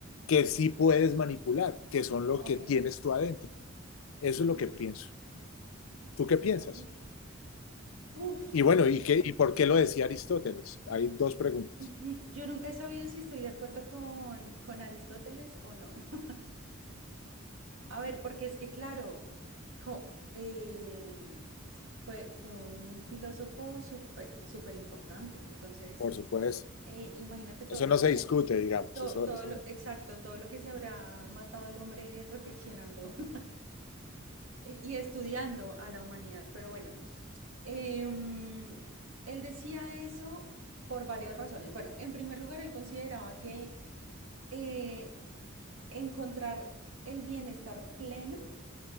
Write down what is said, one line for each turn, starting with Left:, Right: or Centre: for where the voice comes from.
Left: que sí puedes manipular, que son lo
Right: Ok.
Left: que tienes tú adentro. Eso
Right: ujú,
Left: es lo que pienso. ¿Tú qué piensas?
Right: ok. Uf.
Left: Y bueno, ¿y, qué, y por qué lo decía Aristóteles? Hay dos preguntas,
Right: <laughs> Yo nunca he sabido si estoy de acuerdo con, con Aristóteles o no. <laughs> A ver, porque es que, claro, co- em, fue, fue un filósofo súper importante. Entonces,
Left: por supuesto.
Right: eh, imagínate todo
Left: Eso
Right: lo
Left: no
Right: que
Left: se
Right: se
Left: discute, digamos.
Right: To-
Left: Eso,
Right: todo
Left: eso,
Right: lo, exacto, todo lo que se habrá matado el hombre reflexionando <laughs> y y estudiando a la humanidad. Pero bueno, em, él decía eso por varias razones. Bueno, en primer lugar, él consideraba que eh, encontrar el bienestar pleno,